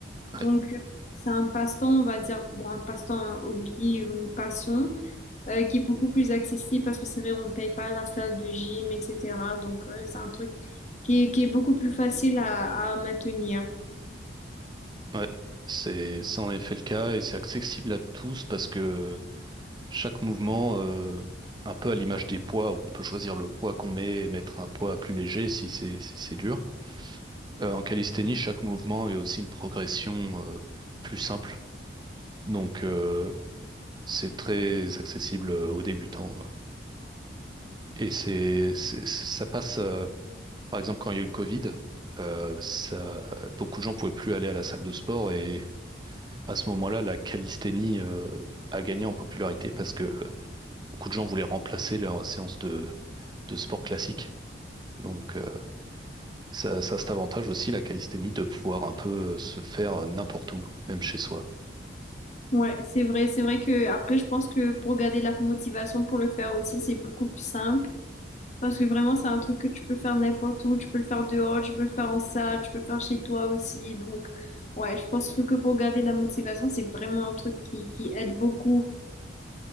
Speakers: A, on the right; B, on the left.
A: Ouais.
B: Donc euh, c'est un passe-temps, on va dire, bon, un passe-temps, un hobby ou une passion, euh, qui est beaucoup plus accessible parce que c'est vrai, on ne paye pas la salle de gym, etc. Donc euh, c'est un truc qui est, qui est beaucoup plus facile à, à maintenir.
A: Ouais. C'est, c'est en effet le cas et c'est accessible à tous parce que Chaque mouvement, euh, un peu à l'image des poids, où on peut choisir le poids qu'on met et mettre un poids plus léger si c'est si c'est dur. Euh, en calisthénie, chaque mouvement est aussi une progression euh, plus simple. Donc euh, c'est très accessible euh, aux débutants. Et c'est c'est- ça passe, euh, par exemple, quand il y a eu le Covid, euh, ça, beaucoup de gens pouvaient plus aller à la salle de sport et à ce moment-là, la calisthénie euh, a gagné en popularité parce que beaucoup de gens voulaient remplacer leur séance de de sport classique. Donc, euh, ça, ça a cet avantage aussi, la calisthénie, de pouvoir un peu euh, se faire euh, n'importe où, même chez soi.
B: Ouais, c'est vrai, c'est vrai que après, je pense que pour garder la motivation pour le faire aussi, c'est beaucoup plus simple. Parce que vraiment, c'est un truc que tu peux faire n'importe où. Tu peux le faire dehors, tu peux le faire en salle, tu peux le faire chez toi aussi. Donc, ouais, je pense que que pour garder la motivation, c'est vraiment un truc qui, qui aide beaucoup.